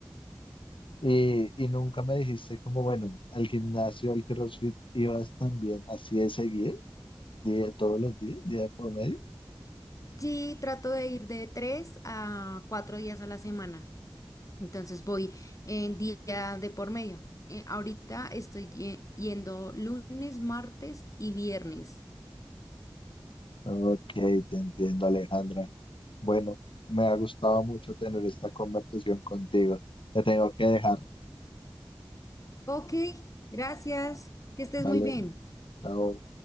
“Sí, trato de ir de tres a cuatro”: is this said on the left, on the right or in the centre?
Left